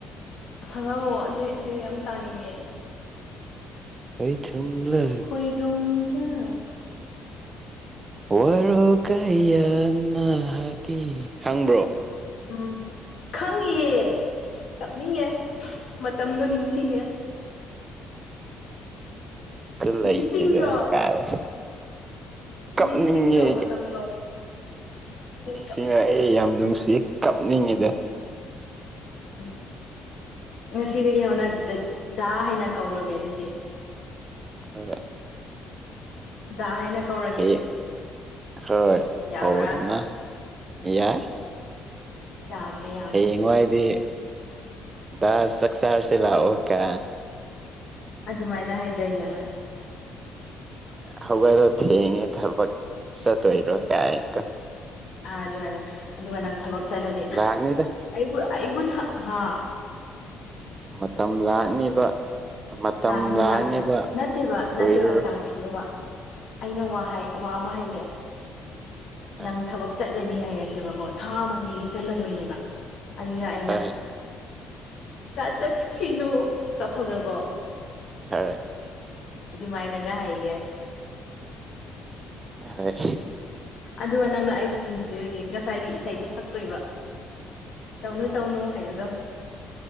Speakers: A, on the left; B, on the right.
A: ꯑꯁꯍꯛꯑꯣ ꯑꯗꯨ ꯏꯁꯩꯗ ꯌꯥꯝ ꯇꯥꯅꯤꯡꯉꯦ
B: ꯀꯩ ꯊꯨꯝꯂ
A: ꯈꯣꯏꯗꯝ ꯆꯝ
B: ꯋꯥꯔꯣ ꯀꯌꯥꯅꯒ ꯈꯪꯕ꯭ꯔꯣ
A: ꯎꯝ ꯈꯪꯉ ꯑꯁ ꯇꯞꯅꯤꯡꯉꯦ ꯃꯇꯝꯗꯣ ꯅꯤꯡꯁꯤꯡꯉꯦ
B: ꯀꯜꯂ
A: ꯅꯤꯡꯁꯤꯡꯗ꯭ꯔꯣ
B: ꯏꯦꯗ ꯀꯥꯏ ꯀꯞꯅꯤꯡꯉꯦ
A: ꯅꯤꯡꯁꯤꯡꯗ꯭ꯔꯣ ꯃꯇꯝꯗꯣ ꯑꯗꯨꯅꯦ
B: ꯃꯤꯁꯤꯡꯅ
A: ꯀꯞꯅꯤꯡꯉꯦ
B: ꯑꯩ ꯌꯥꯝ ꯅꯨꯡꯁꯤ ꯀꯗ
A: ꯎꯝ ꯉꯁꯤꯗꯒꯤ ꯍꯧꯅ ꯗꯗꯥ ꯍꯥꯏꯅ ꯀꯧꯔꯒꯦ ꯑꯗꯨꯗꯤ
B: ꯑꯗꯨꯒꯣꯏ
A: ꯗꯗꯥ ꯍꯥꯏꯅ ꯀꯧꯔꯒꯦ
B: ꯍꯌꯦꯡ ꯍꯣꯏ
A: ꯌꯥꯕ꯭ꯔꯥ
B: ꯐꯥꯎꯕꯗꯅ ꯌꯥꯏ
A: ꯌꯥꯕꯗ ꯌꯥ
B: ꯍꯌꯦꯡ ꯅꯨꯡꯉꯥꯏꯗꯤ ꯗ ꯆꯛꯁꯥ ꯍꯥꯔꯁꯤꯂ ꯑꯣ ꯀ
A: ꯑꯗꯨꯃꯥꯏꯅ ꯍꯥꯏꯗꯣꯏꯅꯦ ꯍꯣꯏ
B: ꯍꯧꯒꯠꯂꯣ ꯊꯦꯡꯉꯦ ꯊꯕꯛ ꯆꯠꯇꯣꯏꯔꯣ ꯀꯥꯏꯅꯀꯣ
A: ꯑꯥ ꯑꯗꯨꯃꯥꯏꯅ ꯑꯗꯨꯒ ꯅꯪ ꯊꯕꯛ ꯆꯠꯂꯗꯤ
B: ꯂꯥꯛꯅꯤꯗ
A: ꯑꯩꯕꯨ ꯑꯩꯕꯨ ꯑꯥ
B: ꯃꯇꯝ ꯂꯥꯛꯅꯤꯕ ꯃꯇꯝ
A: ꯂꯥꯛꯅꯤ
B: ꯂꯥꯛꯅꯤꯕ
A: ꯂꯒꯅꯤ ꯅꯠꯇꯕ ꯅꯠꯇꯕ
B: ꯀꯨꯏꯔꯔꯣꯏ
A: ꯇꯥꯀꯤꯣ ꯋꯥ ꯑꯩꯅ ꯋꯥ ꯑꯃ ꯍꯥꯏꯩꯒꯦ
B: ꯍꯣꯏ
A: ꯅꯪ ꯊꯕ ꯆꯠꯂꯅꯤ ꯍꯥꯏꯔꯁꯦꯕꯀꯣ ꯊꯥ ꯑꯃ ꯑꯅꯤꯒꯤ ꯆꯠꯂꯗꯣꯏꯅꯦꯕ ꯑꯗꯨꯗ ꯑꯩꯅ
B: ꯍꯣꯏ
A: ꯆꯠ ꯊꯅꯨ ꯀꯞꯄꯒꯒꯣ
B: ꯍꯥꯏ
A: ꯑꯗꯨꯃꯥꯏꯅꯒ ꯍꯥꯏꯒꯦ
B: ꯑꯦ
A: ꯑꯗꯨꯒ ꯅꯪꯅ ꯑꯩꯕꯨ ꯆꯤꯟꯊꯔꯒꯦ ꯉꯁꯥꯏꯒꯤ ꯏꯁꯩꯗꯣ ꯁꯛꯇꯣꯏꯕ ꯇꯧꯅꯨ ꯇꯧꯅꯨ ꯍꯥꯏꯗꯨꯗꯣ